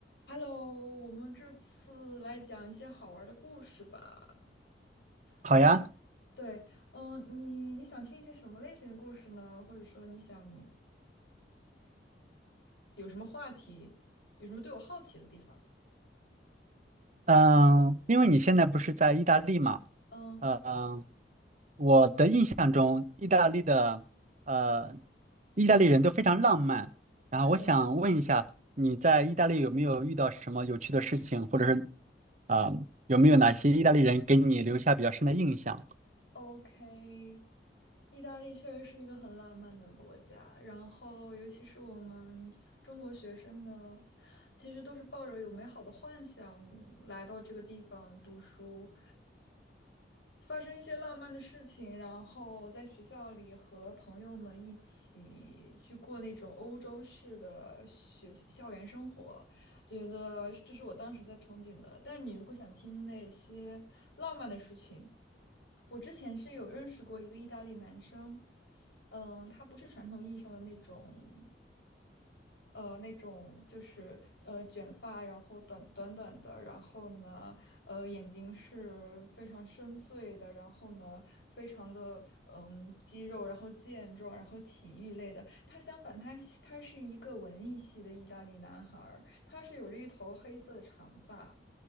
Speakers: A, on the left; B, on the right.
A: Hello，我们这次来讲一些好玩的故事吧。
B: 好呀，
A: 嗯，对，嗯，你你想听一些什么类型的故事呢？或者说你想有什么话题，有什么对我好奇的地方？
B: 嗯，因为你现在不是在意大利嘛，
A: 嗯，
B: 嗯，我的印象中，意大利的呃，意大利人都非常浪漫。然后我想问一下，
A: 呃
B: 你在意大利有没有遇到什么有趣的事情，或者是啊，有没有哪些意大利人给你留下比较深的印象？
A: ，OK，意大利确实是一个很浪漫的国家，然后尤其是我们中国学生呢，其实都是抱着有美好的幻想来到这个地方读书。发生一些浪漫的事情，然后在学校里和朋友们一起去过那种欧洲式的学校园生活，觉得这是我当时在憧憬的。但是你如果想听那些浪漫的事情，我之前是有认识过一个意大利男生，嗯，他不是传统意义上的那种。呃那种就是呃卷发，然后短短短的，然后呢呃眼睛是非常深邃的，然后呢非常的嗯肌肉，然后健壮，然后体育类的。他相反，他是他是一个文艺系的意大利男孩儿，他是有着一头黑色的长发，